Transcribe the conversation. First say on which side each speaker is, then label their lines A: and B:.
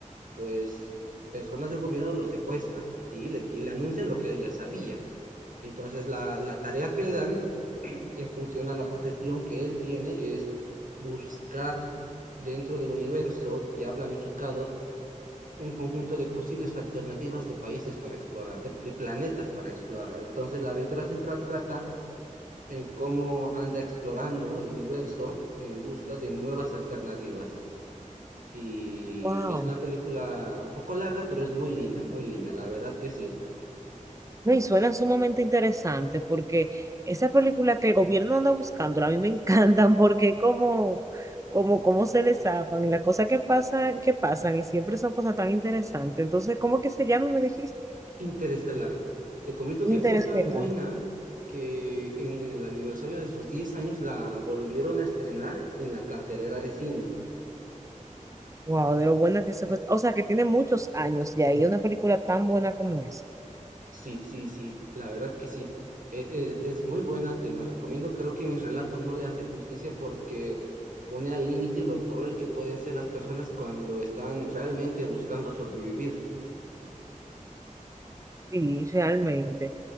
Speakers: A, on the right; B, on the right.
A: pues personas del gobierno lo secuestran y le, y le anuncian lo que él ya sabía. Entonces la, la tarea que le dan <clears throat> en función a la profesión que él tiene es buscar dentro del universo ya planificado un conjunto de posibles alternativas de países para explorar, de, de planetas para explorar. Entonces, la aventura central trata en cómo anda explorando el universo en busca de nuevas alternativas. Y
B: Wow.
A: es una película un poco larga, pero es muy linda, muy linda, la verdad que sí.
B: No, y suena sumamente interesante porque esa película que el gobierno anda buscando, a mí me <laughs> encantan porque como, como, como se les zafan y las cosas que pasan, que pasan y siempre son cosas tan interesantes. Entonces, ¿cómo que se llama? Me dijiste.
A: Interestelar. Te comento que
B: Interestelar.
A: fue tan buena que en, en el aniversario de sus 10 años la volvieron a estrenar en la cartelera de cine.
B: Wow, de lo buena que se fue. O sea, que tiene muchos años ya y una película tan buena como esa.
A: Sí, sí, sí, la verdad que sí. E- e- es muy buena, te la recomiendo. Creo que mi relato no le hace justicia porque pone al límite lo cruel que pueden ser las personas cuando están realmente buscando sobrevivir.
B: Sí, realmente.